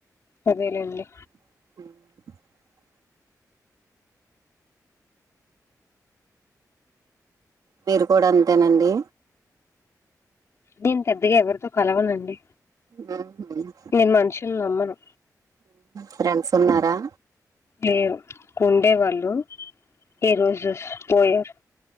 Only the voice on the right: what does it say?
హ్మ్ మీరు కూడ అంతేనండి
హ్మ్ మ్మ్
ఫ్రెండ్స్ ఉన్నారా